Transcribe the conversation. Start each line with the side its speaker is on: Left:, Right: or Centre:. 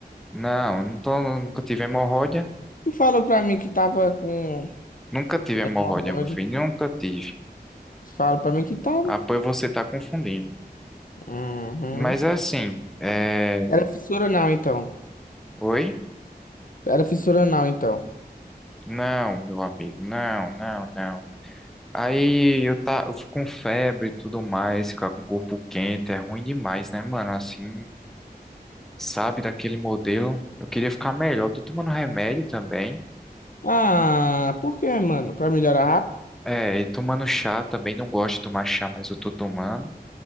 Centre: Não, não tô, nunca tive hemorroida,
Left: Tu falou pra mim que tava com
Centre: nunca tive hemorroida,
Left: hemorroida.
Centre: meu filho, nunca tive.
Left: Tu falou pra mim que tava?
Centre: Ah, pois você tá confundindo.
Left: Uhum.
Centre: Mas é assim, é...
Left: Era fissura não, então.
Centre: Oi?
Left: Era fissura anal, então.
Centre: Não, meu amigo, não, não, não. Aí eu, tá, eu fico com febre e tudo mais, ficar com o corpo quente é ruim demais, né, mano? Assim, sabe, daquele modelo. Eu queria ficar melhor. Tô tomando remédio também.
Left: Ah, por quê, mano? Pra melhorar rápido?
Centre: É, e tomando chá também. Não gosto de tomar chá, mas eu tô tomando.